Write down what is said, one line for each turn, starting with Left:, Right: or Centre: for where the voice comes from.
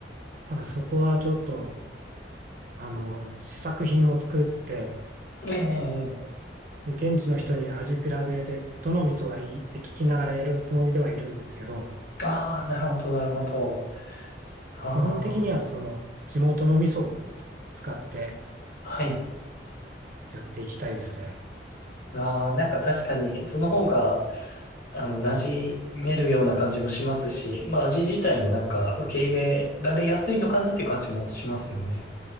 Right: ただそこはちょっと、あの、試作品を作って、
Left: ええええ
Right: で現地の人に味比べでどの味噌がいいって聞きながらやるつもりではいるんですけど、
Left: ああ、なるほどなるほど。あ
Right: 基本的にはその地元の味噌をつ使って
Left: あ、はい。
Right: やっていきたいですね。
Left: ああ、なんか確かにその方が、あの、馴染めるような感じもしますし、まあ味自体もなんか受け入れられやすいのかなっていう感じもしますよね。